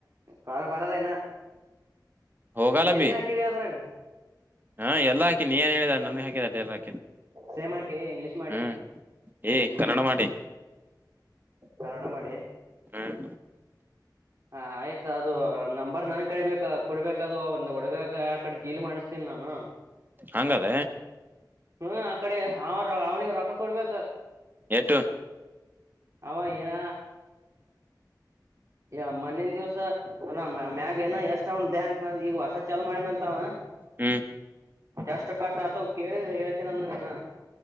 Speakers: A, on the right; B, on the right.
A: ಕಾಲ ಪರಲ್ಲನ್ನ
B: ಹೋಗಲ್ಲ
A: ಏನೇನ್
B: ಬಿ
A: ಹಾಕಿರಿ ಅದ್ರಾಗ
B: ಹಾ ಎಲ್ಲ ಹಾಕಿನಿ ನ್ ಹೇಳಿದ ನನ್ಗೆ ಹಾಕಿದ ಅ ಎಲ್ಲಾಿ
A: ಸೇಮ್ ಹಾಕಿ ಇಂಗ್ಲೀಷ್ ಮಾಡಿ
B: ಹ್ಮ್ ಏ ಕನ್ನಡ ಮಾಡಿ
A: ಕಾರಣ ಮಾಡಿ
B: ಹ್ಮ್
A: ಹ ಆಯ್ತ ಅದು ನಂಬರ್ ನನ್ ಕಡಿಬೇಕ ಕೊಡ್ಬೇಕ ಅದು ಒಂದ ಹುಡುಗ ಆ ಕಡೆ ಡೀಲ್ ಮಾಡಿಸ್ತೀನ್ ನಾನು
B: ಹಂಗದ
A: ಹ್ಮ್ ಆ ಕಡೆ ಅವ ಅವನಿಿಗೆ ರೊಕ್ಕ ಕೊಡ್ಬೇಕ
B: ಎಟು
A: ಅವ ಏನ ಯ ಮೊನನ್ ದಿವ್ಸ ಅ ಮ್ಯಾಗ ಏನ ಎಷ್ಟ ಅವನ್ ಬ್ಯಾಂಕ್ನ ಈಗ ಹೊಸ ಚಾಲೂ ಮಾಡೇನ ಅಂತವ
B: ಹ್ಮ್
A: ಎಷ್ಟು ಕಟ್ಟ ಅಥವಾ ಕೇಳಿ ಹೇಳ್ತೀನ ಅಂದನ